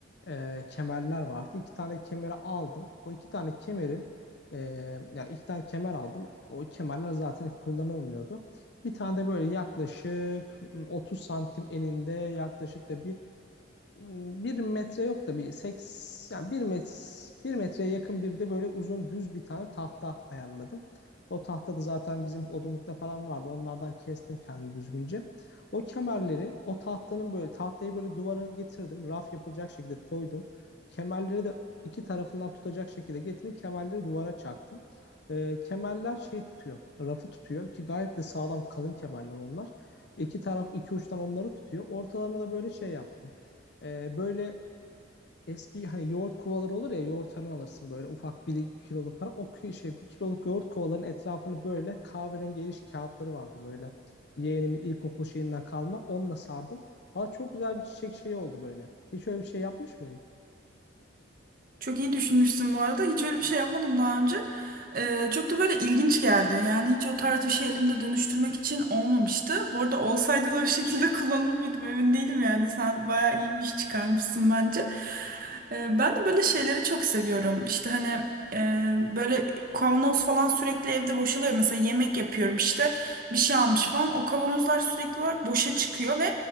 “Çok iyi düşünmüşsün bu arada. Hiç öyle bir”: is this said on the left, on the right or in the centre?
Right